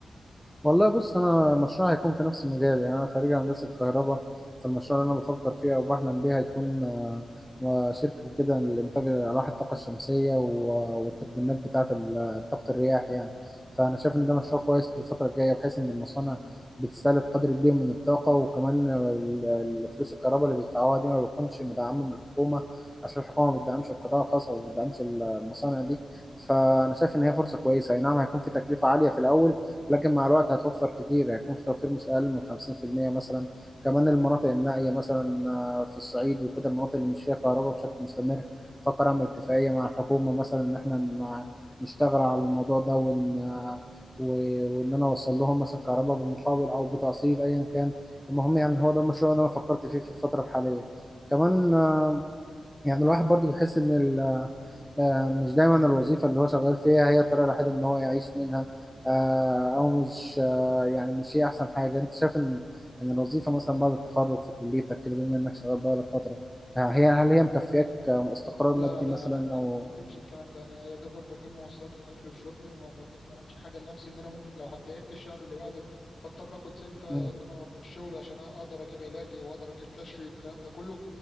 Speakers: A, in the centre; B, on the left.
A: والله بص انا مشروع هيكون في نفس المجال يعني انا خريج هندسه كهرباء فالمشروع اللي انا بفكر فيه او بحلم بيه هيكون آه، شركه كده لانتاج الواح الطاقه الشمسيه و- والتوربينات بتاعه ال- طاقه الرياح يعني فانا شايف ان ده مشروع كويس في الفتره الجايه بحيث ان المصانع بتستهلك قدر كبير من الطاقه وكمان ال- ال- فلوس الكهرباء اللي بيدفعوها دي ما بتكونش مدعمه من الحكومه عشان الحكومه ما بتدعمش القطاع الخاص او ما بتدعمش المصانع دي فانا شايف ان هي فرصه كويسه اي نعم هيكون في تكلفه عاليه في الاول لكن مع الوقت هتوفر كتير هيكون في توفير مش اقل من 50% مثلا كمان المناطق النائيه مثلا آه، في الصعيد وكده المناطق اللي مش فيها كهرباء بشكل مستمر فكر اعمل اتفاقيه مع الحكومه مثلا ان احنا ن- نشتغل على الموضوع ده وان آه، و- وان انا اوصل لهم مثلا كهرباء بالمقابل او بتقسيط ايا كان المهم يعني هو ده المشروع اللي انا فكرت فيه في الفتره الحاليه كمان آه، يعني الواحد برضو بيحس ان ال- آه، مش دايما الوظيفة اللي هو شغال فيها هي الطريقة الوحيدة ان هو يعيش منها آه، او مش آه، يعني مش هي احسن حاجة انت شايف ان ان الوظيفة مثلا بعد التخرج في كليتك كده بما انك شغال بقالك فترة آه، هي هل هي مكفياك آه، استقرار
B: لا
A: مادي
B: لا
A: مثلا
B: لا لا
A: او
B: ما فيش الكلام ده انا يا دوبك بجيب مواصلات واكل وشرب ما بك- بعملش حاجه لنفسي ان انا ممكن لو تعبت الشهر اللي بعده بضطر اخد سلفه
A: مم.
B: ان انا من الشغل عشان اقدر اجيب علاجي واقدر اجيب كشفي والكلام ده كله